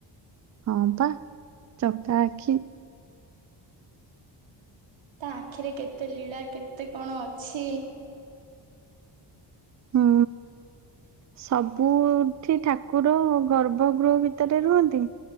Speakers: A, on the right; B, on the right.
A: ହଁ ପା, ଚକା ଆଖି।
B: ତା ଆଖିରେ କେତେ ଲୀଳା କେତେ କଣ ଅଛି।
A: ହୁଁ, ସବୁ ଏଠି ଠାକୁର ଗର୍ଭ ଗୃହ ଭିତରେ ରୁହନ୍ତି।